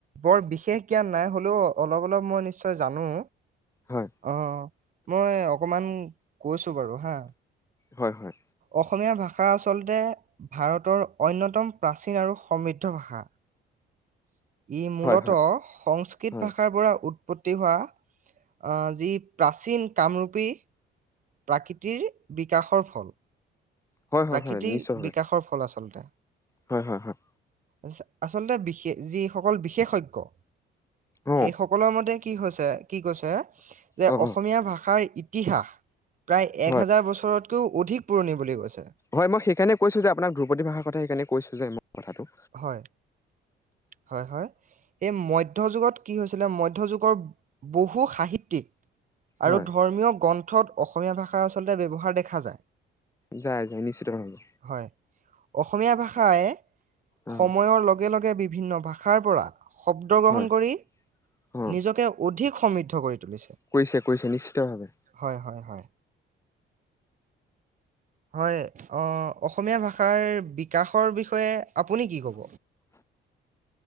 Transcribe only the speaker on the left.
হয়।
হয়, হয়।
হয় হয়
হয়
হয় হয়
হয় নিশ্চয়ভাৱে
হয় হয় হয়
হয় অ
অ অ
হয়
হয়, মই সেইকাৰণে কৈছো যে আপোনাক দ্ৰুপদী ভাষাৰ কথা সেইকাৰণে কৈছো যে, মোৰ কথাটো।
হয়
যাই যাই, নিশ্চিত ভাবে।
অ
হয়
অ
কৰিছে কৰিছে নিশ্চিতভাৱে